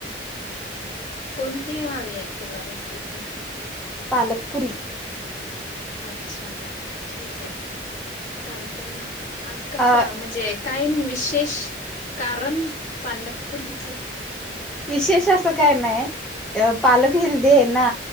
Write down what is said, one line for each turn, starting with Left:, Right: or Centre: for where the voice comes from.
Left: कोणती हवी हाय तुला रेसिपी.
Centre: पालकपुरी.
Left: अच्छा ठीक आहे चालतय ना आज कशा
Centre: अ
Left: म्हणजे. कायन विशेष कारण पालकपुरीचं.
Centre: विशेष असं काय नाही पालक अ हेल्दी आहे ना!